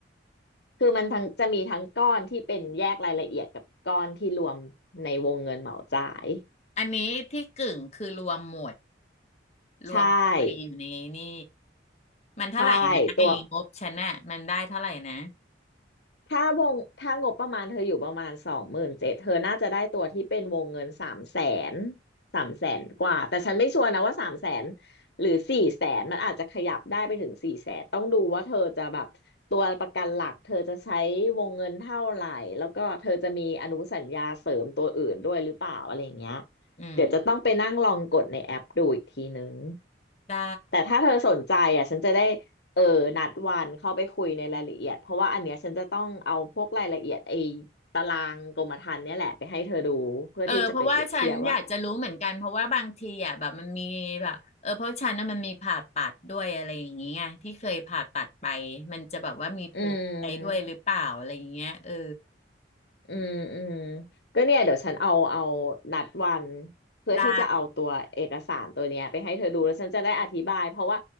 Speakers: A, on the left (about 60°); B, on the left (about 35°).
A: คือมันทั้งจะมีทั้งก้อนที่เป็นแยกรายละเอียดกับก้อนที่รวมในวงเงินเหมาจ่าย
B: อันนี้ที่กึ่งคือรวมหมดรวมเข้าไปอยู่ในนี่
A: ใช่
B: มันเท่าไหร่นะไอ้งบฉันน่ะมันได้เท่าไหร่นะ
A: ใช่ตัว ถ้าวงถ้างบประมาณเธออยู่ประมาณสองหมื่นเจ็ดเธอน่าจะได้ตัวที่เป็นวงเงินสามแสนสามแสนกว่าแต่ฉันไม่ชัวร์นะว่าสามแสนหรือสี่แสนมันอาจจะขยับได้ไปถึงสี่แสนต้องดูว่าเธอจะแบบตัวประกันหลักเธอจะใช้วงเงินเท่าไหร่แล้วก็เธอจะมีอนุสัญญาเสริมตัวอื่นด้วยหรือเปล่าอะไรอย่างเงี้ย
B: อืม
A: เดี๋ยวจะต้องไปนั่งลองกดในแอปดูอีกทีนึง
B: ได้
A: แต่ถ้าเธอสนใจอ่ะฉันจะได้ เออนัดวันเข้าไปคุยในรายละเอียดเพราะว่าอันเนี้ยฉันจะต้องเอาพวกรายละเอียดไอ้ตารางกรมธรรม์เนี่ยแหละไปให้เธอดูเพื่อที่จะไปเปรียบเทียบว่า
B: เออเพราะว่าฉันอยากจะรู้เหมือนกันเพราะว่าบางทีอ่ะแบบมันมีแบบเออเพราะฉันน่ะมันมีผ่าตัดด้วยอะไรอย่างเงี้ยที่เคยผ่าตัดไปมันจะแบบว่ามีผลอะไรด้วยหรือเปล่าอะไรอย่างเงี้ยเออ
A: อืมอืมอืมก็เนี่ยเดี๋ยวฉันเอาเอานัดวันเพื่อที่จะเอาตัวเอกสารตัวเนี้ยไปให้เธอดูแล้วฉันจะได้อธิบายเพราะว่า
B: ได้